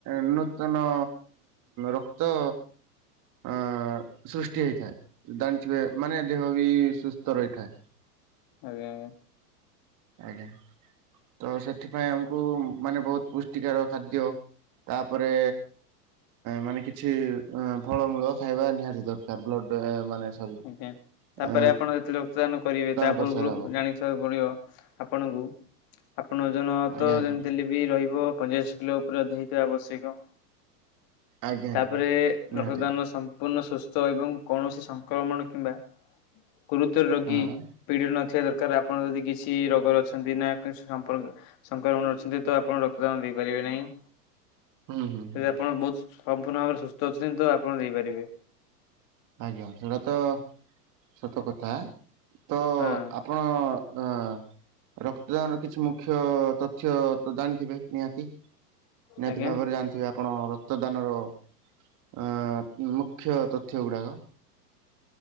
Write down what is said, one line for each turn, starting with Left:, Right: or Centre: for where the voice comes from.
Right: ନୂତନ ରକ୍ତ
Left: <inaudible>
Right: ଅ ସୃଷ୍ଟି ହେଇଥାଏ ଜାଣିଥିବେ ମାନେ ଦେହ ବି ସୁସ୍ଥ ରହିଥାଏ।
Left: ଆଜ୍ଞା।
Right: ଆଜ୍ଞା। ତ ସେଥିପାଇଁ ଆମକୁ ମାନେ ବହୁତ ପୁଷ୍ଟିକାର ଖାଦ୍ୟ ତାପରେ ମାନେ କିଛି ଅ ଫଳମୂଳ ଖାଇବା ନିହାତି ଦର କାର୍ ବ୍ଲଡ ଦେହ ମାନେ ସରି
Left: ଆଜ୍ଞା ତାପରେ
Right: ଅ
Left: ଆପଣ ଯେତେବେଳେ ରକ୍ତଦାନ କରିବେ ତା
Right: କରିସାରିବା
Left: ପୂର୍ବରୁ
Right: ପରେ।
Left: ଜାଣି ରଖିବାକୁ ପଡ଼ିବ ଆପଣଙ୍କୁ ଆପଣ ଜନ
Right: ଆଜ୍ଞା
Left: ତ
Right: ଆଜ୍ଞା
Left: ଯେମତି ଲିପ୍ ବି ରହିବ ପଇଁଚାଳିଶ କିଲୋ ଉପରେ ହେଇଥିବା ଆବଶ୍ୟକ।
Right: ଆଜ୍ଞା ଆଜ୍ଞା
Left: ତାପରେ
Right: ନିହାତି
Left: ରକ୍ତ ଦାନ ସ ସମ୍ପୂର୍ଣ୍ଣ ସୁସ୍ଥ ଏବଂ କୌଣସି ସଂକ୍ରମଣ କିମ୍ବା ଗୁରୁତର ରୋଗୀ
Right: ହଁ
Left: ପିଡ଼ି ନଥିବା ଦରକାର। ଆପଣ ଯଦି କିଛି ରୋଗରେ ଅଛନ୍ତି ନା କିଛି ସମ୍ପର୍କ ସଂକ୍ରମଣ ଅଛନ୍ତି ତ ଆପଣ ରକ୍ତଦାନ ଦେଇପାରିବେ ନାହିଁ।
Right: ହୁଁ ହୁଁ ହୁଁ
Left: ଯଦି ଆପଣ ବହୁତ୍ ସମ୍ପୂର୍ଣ୍ଣ ଭାବରେ ସୁସ୍ଥ ଅଛନ୍ତି ତ ଆପଣ ଦେଇପାରିବେ।
Right: ଆଜ୍ଞା ସେଇଟା ତ ସତ କଥା। ତ ଆପ୍
Left: ହଁ
Right: ପଣ ଅଁ ରକ୍ତଦାନର କିଛି ମୁଖ୍ୟ ତଥ୍ୟ ତ ଜାଣିଥିବେ ନିହାତି। ନିହାତି
Left: ଆଜ୍ଞା।
Right: ଭାବରେ ଜାଣିଥିବେ ଆପଣ ରକ୍ତଦାନର ଆଁ ମୁଖ୍ୟ ତତ୍ ଥ୍ୟଗୁଡାକ।